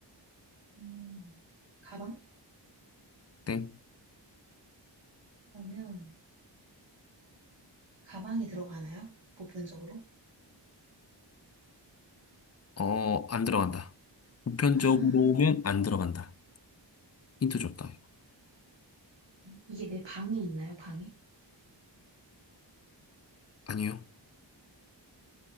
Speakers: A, on the right; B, on the left.
A: 음, 가방?
B: 땡.
A: 그러면, 가방에 들어가나요? 보편적으로?
B: 어, 안 들어간다. 보편적으로면
A: 아,
B: 안 들어간다. 힌트 줬다. 이거.
A: 이게 내 방에 있나요, 방에?
B: 아니요.